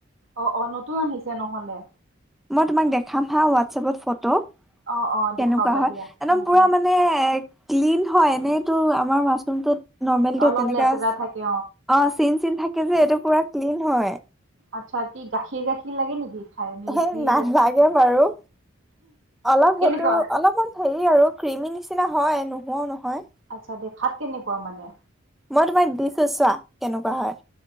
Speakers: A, on the right (about 75°); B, in the centre.
A: অ অ নতুন আহিছে নহলে।
B: মই তোমাক দেখাম হা হোৱাটছএপত ফটো।
A: অ অ দেখুৱাবা
B: কেনেকুৱা হয়।
A: দিয়া
B: একদম
A: উম
B: পুৰা
A: উম
B: মানে ক্লিন হয়, এনেইতোৰ আমাৰ মাছৰুমটোত নৰ্মেলটো
A: অলপ
B: তেনেকা
A: লেতেৰা
B: আচ
A: থাকে
B: অ চিন চিন থাকে যে এইটো পুৰা ক্লিন হয়।
A: আচ্ছা কি গাখীৰ গাখীৰ লাগে নেকি? খাই মিল্কি
B: হে নালাগে বাৰু, অলপ
A: কেনেকুৱা
B: সেইটো অলপমান হেৰি আৰু ক্ৰীমি নিচিনা হয় নোহোৱাও নহয়।
A: আচ্ছা দেখাত কেনেকুৱা মানে?
B: মই তোমাক দিছো চোৱা, কেনেকুৱা হয়।